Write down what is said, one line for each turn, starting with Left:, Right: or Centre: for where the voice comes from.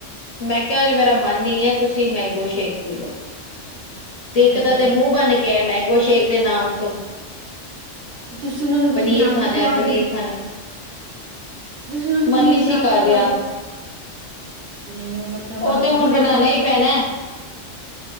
Left: ਮੈਂ ਕਿਹਾ ਅਜ ਮੇਰਾ ਮਨ ਹੀ ਹੈ ਤੁਸੀਂ ਮੈਂਗੋ ਸ਼ੇਕ ਪੀ ਲੋ, ਤੇ
Right: ਹਾਏ
Left: ਇੱਕ
Right: ਹਾਏ
Left: ਦਾ ਤੇ ਮੂੰਹ ਬਣ ਗਿਆ ਮੈਂਗੋ ਸ਼ੇਕ ਦੇ ਨਾਮ ਤੋਂ,
Right: ਤੁਸੀਂ ਉਹਨਾ ਨੂੰ ਕੁਝ
Left: ਪਨੀਰ
Right: ਬਣਾ
Left: ਖਾਣਾ
Right: ਕੇ ਖਵਾ
Left: ਹੈ ਪਨੀਰ
Right: ਦੋ। ਉਹਨਾਂ ਨੂੰ
Left: ਮਨ
Right: ਪਨੀਰ
Left: ਨਹੀਂ
Right: ਬਣਾ
Left: ਸੀ ਕਰ
Right: ਕੇ ਖਵਾ
Left: ਰਿਹਾ।
Right: ਦਿਓ ਨਹੀਂ ਹੁਣ ਆਪਣਾ ਮਨ
Left: ਉਹ
Right: ਥੋੜ੍ਹਾ
Left: ਤੇ ਹੁਣ
Right: ਨਾ ਵੇਖਣਾ
Left: ਬਣਾਣਾ
Right: ਹੈ।
Left: ਹੀ ਪੈਣਾ,